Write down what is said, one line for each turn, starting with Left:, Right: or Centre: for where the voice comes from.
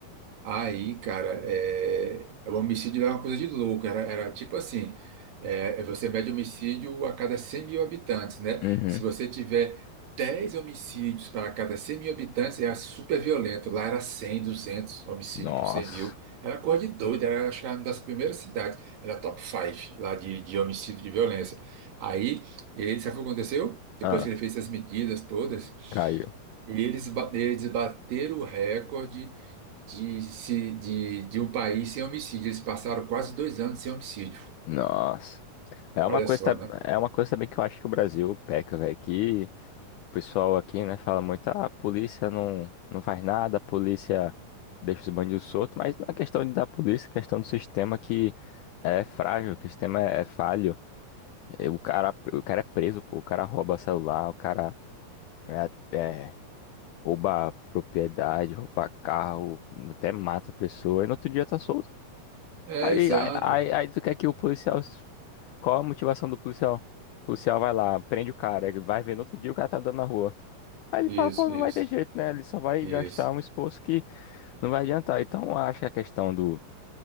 Right: Aí, cara, é, o homicídio era uma coisa de louco. Era, era tipo assim: é, você mede homicídio a cada 100 mil habitantes, né?
Left: Uhum.
Right: Se você tiver 10 homicídios para cada 100 mil habitantes, era super violento. Lá era 100, duzentos homicídios
Left: Nossa.
Right: por 100 mil. Era coisa de doido. Era, acho que era uma das primeiras cidades. Era top 5 lá de, de homicídio de violência. Aí, ele, sabe o que aconteceu? Depois
Left: Ah,
Right: que ele fez essas medidas todas.
Left: caiu.
Right: E eles, ba- eles bateram o recorde de, se- de, de um país sem homicídio. Eles passaram quase dois anos sem homicídio.
Left: Nossa. É
Right: Olha
Left: uma coisa,
Right: só,
Left: tab-
Right: né?
Left: é uma coisa também que eu acho que o Brasil peca, velho, que O pessoal aqui, né, fala muito, ah, a polícia não, não faz nada, a polícia deixa os bandidos soltos, mas não é questão de da polícia, é questão do sistema que é frágil, que o sistema é, é falho. E O cara, o cara é preso, pô, o cara rouba celular, o cara é, é, rouba propriedade, rouba carro, até mata a pessoa, e no outro dia tá solto.
Right: É,
Left: Aí,
Right: exato.
Left: aí, aí, aí tu quer que o policial. Qual a motivação do policial? O policial vai lá, prende o cara, ele vai ver no outro dia o cara tá andando na rua. Aí ele
Right: Isso,
Left: fala, pô, não
Right: isso,
Left: vai ter jeito, né? Ele só vai
Right: isso.
Left: gastar um esforço que não vai adiantar. Então, eu acho que a questão do,